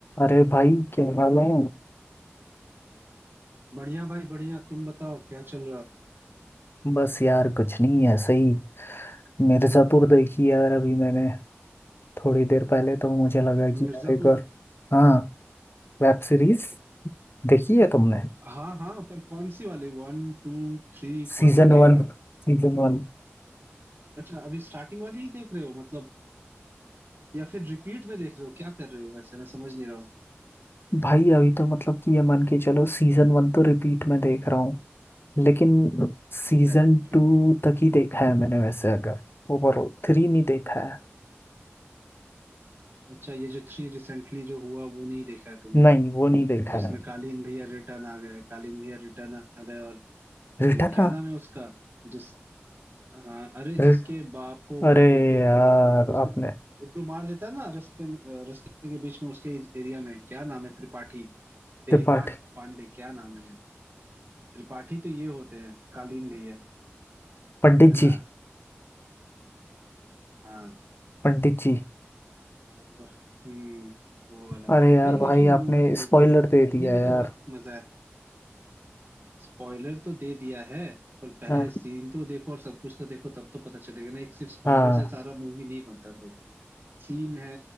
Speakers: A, on the left; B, on the right.
A: अरे भाई क्या हाल है
B: बढ़िया भाई बढ़िया तुम बताओ क्या चल रहा
A: बस यार कुछ नहीं ऐसे ही मिर्ज़ापुर देखी यार अभी मैंने थोड़ी देर पहले तो मुझे लगा कि
B: मिर्जापुर
A: यार एक बार हाँ वेब सीरीज देखी है तुमने
B: हाँ हाँ पर कौन सी वाली वन टू थ्री
A: Season
B: कौन सा देखा
A: one Season one
B: अच्छा अभी स्टार्टिंग वाली ही देख रहे हो मतलब या फिर रिपीट में देख रहे हो क्या कर रहे हो वैसे मैं समझ नहीं रहा हूँ
A: भाई अभी तो मतलब कि ये मान के चलो सीजन वन तो रिपीट में देख रहा हूँ लेकिन सीजन
B: अच्छा repeat
A: टू
B: में।
A: तक ही देखा है मैंने वैसे अगर ओवरऑल थ्री नहीं देखा है
B: अच्छा ये जो थ्री रिसेंटली जो हुआ वो नहीं देखा है तुमने
A: नहीं वो नहीं देखा
B: जिसमें
A: है
B: कालीन भैया रिटर्न आ गए कालीन भैया रिटर्न आ गए और
A: रिटर्न
B: वो क्या
A: हाँ
B: नाम है उसका जिस हाँ अरे
A: रिट-
B: जिसके बाप को वो
A: अरे
B: गुड्डू
A: यार
B: गुड्डू
A: आपने
B: गुड्डू मार देता है ना रास्ते में रास्ते के बीच में उसके एरिया में क्या नाम है त्रिपाठी ए,
A: त्रिपाठी
B: पां, पांडे क्या नाम है त्रिपाठी तो ये होते हैं कालीन भैया
A: पंडित
B: है ना
A: जी
B: हाँ
A: पंडित जी
B: वो हम्म वो वाला
A: अरे यार
B: भाई लेकिन
A: भाई
B: मूव
A: आपने स्पॉइलर
B: देखने
A: दे दिया
B: में
A: यार
B: तो बहुत मजा है स्पॉइलर तो दे दिया है पर पहले
A: हाँ
B: सीन तो देखो और सब कुछ तो देखो तब तो पता चलेगा ना एक सिर्फ स्पॉइलर
A: हाँ,
B: से सारा मूवी नहीं बनता भाई सीन है